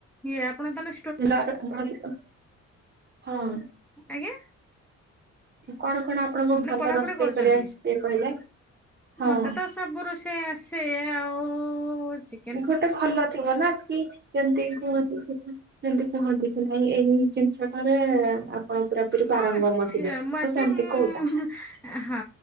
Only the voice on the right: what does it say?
<inaudible> ହଁ
କଣ କଣ ଆପଣଙ୍କୁ
ଭଲ
ରୋଷେଇ
କରି ଆସିବେ, କହିଲେ? ହଁ।
ଗୋଟେ ଭଲ ଥିବ, ନା କି ଯେମିତି କୁହନ୍ତୁ ସେମିତି କୁହନ୍ତି କି ନାଇଁ ଏଇ ଜିନିଷଟାରେ ଆ ଆପଣ ପୁରାପୁରି
ପାରଙ୍ଗମ
ଥିବେ,
ତ ସେମିତି
କୋଉଟା?